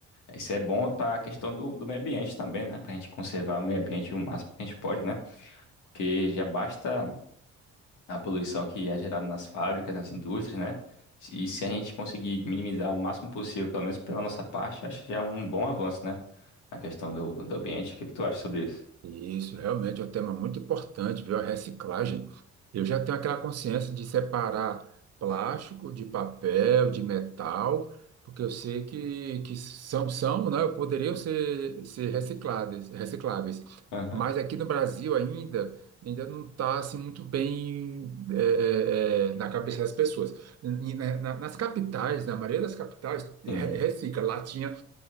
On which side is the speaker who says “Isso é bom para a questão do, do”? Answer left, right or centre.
Left